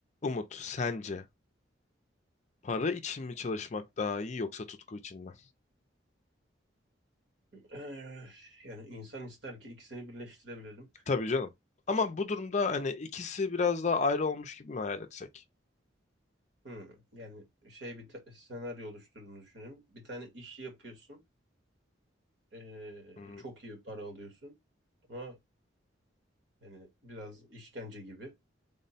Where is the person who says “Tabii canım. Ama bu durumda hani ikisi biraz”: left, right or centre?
Left